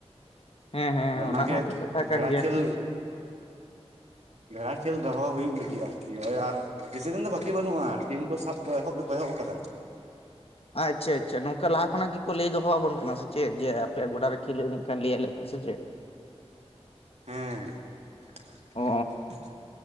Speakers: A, on the left; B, on the right.
A: ᱦᱮᱸ ᱦᱮᱸ
B: ᱟᱫᱚ ᱚᱱᱟ ᱜᱮ
A: ᱢᱟᱛᱚ ᱠᱟᱛᱷᱟ
B: ᱵᱷᱮᱲᱟ
A: ᱠᱟᱱ ᱜᱮᱭᱟ
B: ᱠᱷᱮᱞ᱾ ᱵᱷᱮᱲᱟ ᱠᱷᱮᱞ ᱫᱚᱦᱚ ᱦᱩᱭᱩᱜ ᱞᱟᱹᱜᱤᱫ ᱟᱨᱠᱤ ᱳᱭ ᱟᱨ ᱵᱮᱥᱤ ᱫᱤᱱ ᱫᱚ ᱵᱟᱠᱤ ᱵᱟᱹᱱᱩᱜ-ᱟ, ᱴᱤᱢ ᱠᱚ ᱥᱟᱵ ᱠᱚ ᱮᱦᱚᱵ ᱠᱚ ᱮᱦᱚᱵ ᱫᱚᱠᱚ ᱠᱟᱫᱟ᱾
A: ᱟᱪᱪᱷᱟ ᱟᱪᱪᱷᱟ ᱱᱚᱝᱠᱟ ᱞᱟᱦᱟ ᱠᱷᱚᱱᱟᱜ ᱜᱮᱠᱚ ᱞᱟᱹᱭ ᱫᱚᱦᱚ ᱟᱵᱚᱱ ᱠᱟᱱᱟ ᱥᱮ ᱪᱮᱫ᱾ ᱡᱮ ᱟᱯᱮᱭᱟᱜ ᱜᱚᱰᱟ ᱨᱮ ᱠᱷᱮᱞ ᱦᱩᱭ ᱞᱮᱱ ᱠᱷᱟᱱ ᱞᱟᱹᱭ ᱟᱞᱮ ᱯᱮ ᱥᱮ ᱪᱮᱫ?
B: ᱦᱮᱸ <inaudible>
A: ᱚ